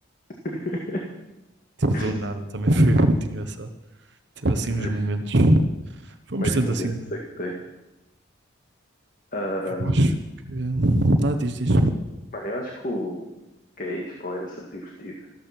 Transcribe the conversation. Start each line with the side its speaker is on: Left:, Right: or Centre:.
Left: <laughs>
Right: tipo
Left: Que
Right: do nada, também foi muito engraçado. Teve assim uns
Left: mais,
Right: momentos. Fomos
Left: mais
Right: tendo
Left: momentos
Right: assim.
Left: é que tem? Ahm,
Right: Eu acho que. Nada diz, diz.
Left: mano, eu acho que o que é Expo era sempre divertido.